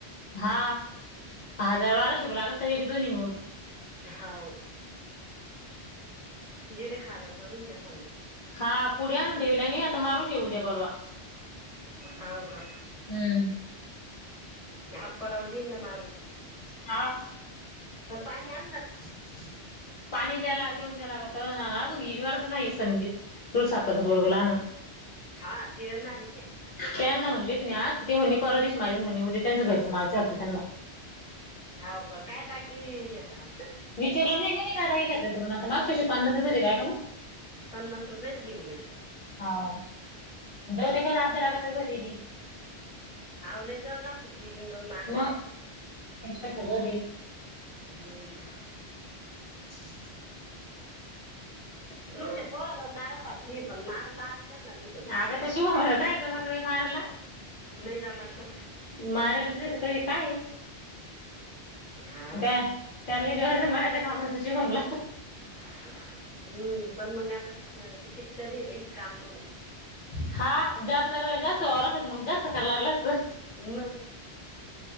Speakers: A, on the left; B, on the left.
A: हा, हजार बाराशे रुपये लागन तरी बी दोन्ही मिळून.
B: हाव. दीड एक हजार धरुन घ्या समजा.
A: हा, पुडी आणून ठेविल्या मी आता मारून घेऊ उद्या परवा.
B: होव का?
A: हम्म.
B: आ परवा देईन ना मारून.
A: हा.
B: पण पाणी आ
A: <inaudible> पाणी द्यायला देऊन द्याला लागत, आज विहिरी वर तर नाही संंदीप, <unintelligible>
B: हा ते नाही की.
A: त्यांना म्हणले तुम्ही आज ते म्हणे परवा दिवशी मारीन म्हणे, उद्या त्यांचं घरचं मारायचं आहे वाटतं त्यांना.
B: हाव का, काय टाकी घेता मग?
A: विचारलं नाही मी का घेतलं तुम्हाला तर मागच्या वर्षी पन्नास रुपये दिले, हाय का ना.
B: पन्नास रुपयेच घेईन बाई.
A: हाव, <unintelligible>
B: आओ लय वेळ लागती ती मारायला.
A: मग <unintelligible>
B: हम्म.
A: <inaudible>
B: तुमचे पोरगं नारासारखे पण मारा लागतेल ना तो.
A: अगं त्या <unintelligible> काय जमतंय मारायला?
B: नाही जमाचं?
A: माराच नाही तर करी काय
B: हा
A: त्या. त्यानी ज्वर म्हणायं कामराचा शमला.
B: हम्म पण मग आता तििक तरी बाई काम मग.
A: हा जादा जरा जास्त वावर असत मग जास्त करा लागला अस.
B: हम.